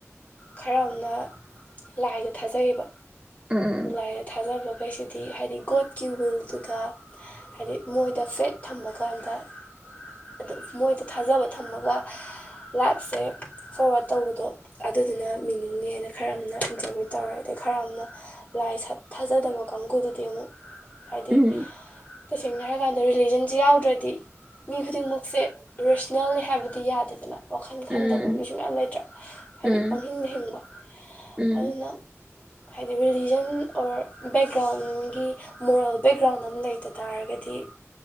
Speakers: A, on the left; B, on the right.
A: ꯈꯔ ꯑꯃꯅ ꯂꯥꯏꯗ ꯊꯥꯖꯩꯕ
B: ꯎꯝ
A: ꯂꯥꯏꯗ ꯊꯥꯖꯕ ꯑꯩꯈꯣꯏꯁꯤꯗꯤ ꯍꯥꯏꯗꯤ ꯒꯣꯠꯀꯤ ꯋꯤꯜꯗꯨꯗ ꯍꯥꯏꯗꯤ ꯃꯣꯏꯗ ꯐꯦꯠ ꯊꯝꯃꯀꯥꯟꯗ ꯑ ꯃꯣꯏꯗ ꯊꯥꯖꯕ ꯊꯝꯃꯒ ꯂꯥꯏꯞꯁꯦ ꯐꯣꯔꯋꯥꯠ ꯇꯧꯕꯗꯣ ꯑꯗꯨꯗꯨꯅ ꯃꯤꯅꯤꯡꯅꯦ ꯍꯥꯏꯅ ꯈꯔ ꯑꯃꯅ ꯏꯟꯇꯔꯕ꯭ꯌꯨꯠ ꯇꯧꯔꯦ ꯑꯗꯩ ꯈꯔ ꯑꯃꯅ ꯂꯥꯏ ꯊꯥꯖꯗꯕ ꯀꯥꯡꯕꯨꯗꯨꯗꯤ ꯑꯃꯨꯛ ꯍꯥꯏꯗꯤ
B: ꯎꯝ
A: ꯇꯁꯦꯡꯅ ꯍꯥꯏꯔꯀꯥꯟꯗ ꯔꯤꯂꯤꯖꯟꯁꯦ ꯌꯥꯎꯗ꯭ꯔꯗꯤ ꯃꯤ ꯈꯨꯗꯤꯡꯃꯛꯁꯦ ꯔꯦꯁꯅꯦꯜꯅꯤ ꯍꯥꯏꯕꯗꯤ ꯌꯥꯗꯦꯗꯅ ꯋꯥꯈꯟ ꯈꯟꯗꯕ
B: ꯎꯝ
A: ꯃꯤꯁꯨ ꯃꯌꯥꯝ ꯂꯩꯇ꯭ꯔꯥ ꯍꯥꯏꯗꯤ
B: ꯎꯝ
A: ꯄꯥꯡꯍꯤꯡꯗ ꯍꯤꯡꯕ
B: ꯎꯝ
A: ꯑꯗꯨꯅ ꯍꯥꯏꯗꯤ ꯔꯤꯂꯤꯖꯟ ꯑꯣꯔ ꯕꯦꯛꯒ꯭ꯔꯥꯎꯟꯒꯤ ꯃꯣꯔꯦꯜ ꯕꯦꯛꯒ꯭ꯔꯥꯎꯟ ꯑꯃ ꯂꯩꯇꯅ ꯇꯥꯔꯒꯗꯤ